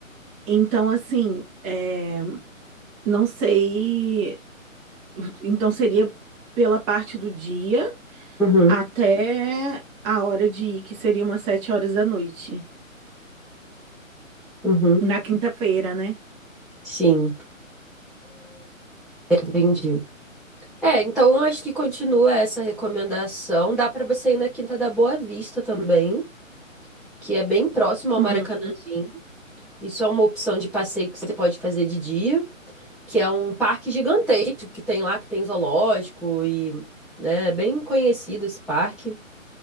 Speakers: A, on the right; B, in the centre.
A: Então, assim, é, não sei. Então seria pela parte do dia
B: uhum,
A: até a hora de ir, que seria umas sete horas da noite.
B: uhum,
A: Na quinta-feira, né?
B: sim, entendi. É, então eu acho que continua essa recomendação. Dá para você ir na Quinta da Boa Vista também, que é bem próximo ao
A: Uhum.
B: Maracanãzinho. Isso é uma opção de passeio que você pode fazer de dia, que é um parque gigantesco que tem lá, que tem zoológico e, né, é bem conhecido esse parque.